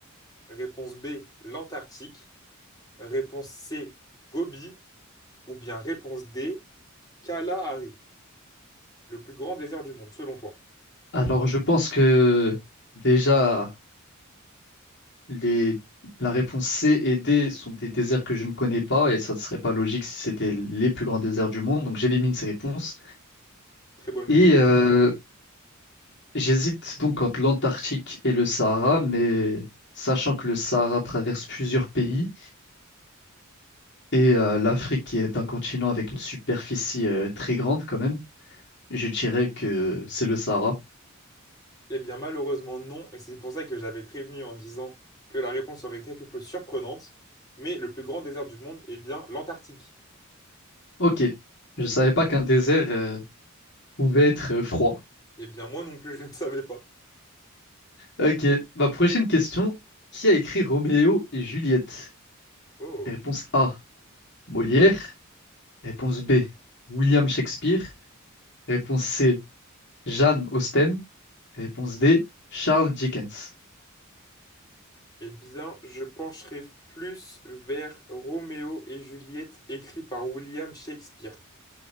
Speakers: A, on the left; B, on the left.
A: Réponse B, l'Antarctique. Réponse C, Gobi. Ou bien réponse D, Kalahari, le plus grand désert du monde, selon toi?
B: Alors, je pense que déjà, les... la réponse C et D sont des déserts que je ne connais pas et ça ne serait pas logique si c'était les plus grands déserts du monde. Donc, j'élimine ces réponses.
A: Très bonne
B: Et
A: logique.
B: euh, j'hésite donc entre l'Antarctique et le Sahara, mais sachant que le Sahara traverse plusieurs pays et euh, l'Afrique qui est un continent avec une superficie euh, très grande quand même, je dirais que c'est le Sahara.
A: Eh bien, malheureusement, non. Et c'est pour ça que j'avais prévenu en disant que la réponse serait quelque peu surprenante. Mais le plus grand désert du monde, est bien, l'Antarctique.
B: Ok, je savais pas qu'un désert euh, pouvait être euh, froid.
A: Eh bien, moi non plus, <laughs> je ne savais pas.
B: Ok, ma prochaine question. Qui a écrit Roméo et Juliette?
A: Oh.
B: Réponse A, Molière. Réponse B, William Shakespeare. Réponse C, Jane Austen. Réponse D, Charles Dickens.
A: Eh bien, je pencherai plus vers Roméo et Juliette, écrit par William Shakespeare.